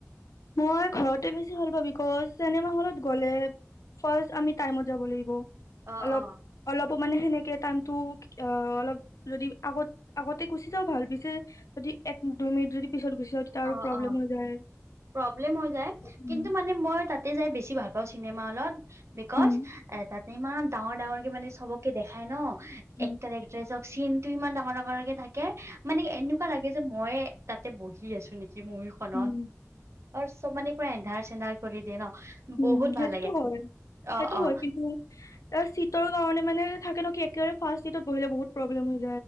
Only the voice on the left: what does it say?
মই ঘৰতে বেছি ভাল পাও, বিকজ চিনেমা হলত গ'লে ফাৰ্ষ আমি টাইমত যাব লাগিব
অলপ
অলপো মানে সেনেকে টাইমতটো অ অলপ যদি আগত আগতে গুচি যাওঁ ভাল পিছে এক দুই মিনিট যদি পিছত গুচি যাওঁ তেতিয়া
আৰু প্ৰব্লেম
হৈ যায়।
উম।
উম,
উম,
উম,
উম।
সেইটোতো
হয়। সেইটো
হয় কিন্তু এ চিটৰ কাৰণে মানে থাকে নকি একেবাৰে ফাৰ্ষ্ট চিটত বহিলে বহুত প্ৰব্লেম হৈছে